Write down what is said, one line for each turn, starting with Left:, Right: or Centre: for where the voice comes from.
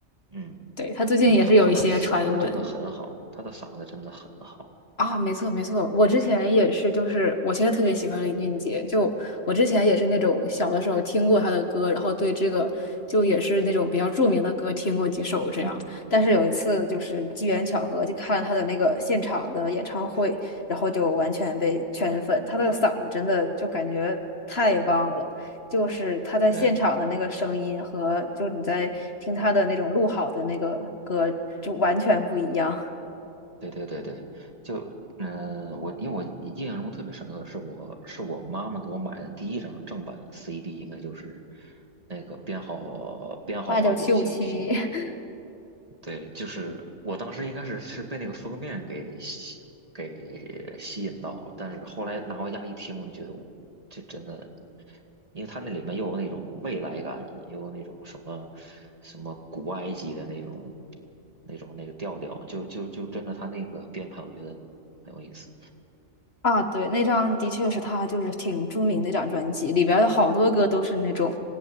Right: 嗯，
Left: 对，他最近也是有一些传闻。
Right: 因为他他的嗓子真的很好，他的嗓子真的很好。
Left: 啊，没错没错，我之前也是，
Right: 嗯
Left: 就是我现在特别喜欢林俊杰，就我之前也是那种小的时候听过他的歌，然后对这个就也是那种比较著名的歌听过几首这样，
Right: 嗯，
Left: 但是有一次就是机缘巧合，就看了他的那个现场的演唱会，然后就完全被圈粉，他的嗓子真的就感觉太棒了。就是他在现场的那个声音和就你在听他的那种录好的那个歌就完全不一样，
Right: 对。对对对对，就嗯、呃我因为我印象中特别深刻，是我是我妈妈给我买的第一张正版 CD，应该就是那个编号编号八九七五七，
Left: <laughs> 八九七五七。<laughs>
Right: 对，就是我当时应该是是被那个封面给吸给吸引到了，但是后来拿回家一听，我就觉得我这真的，因为它那里面又有那种未来感，又有那种什么什么古埃及的那种那种那个调调，就就就真的它那个编排，我觉得很有意思。
Left: 啊，对，那张的确是他就是挺著名的一张专辑，里边儿的好多歌都是那种，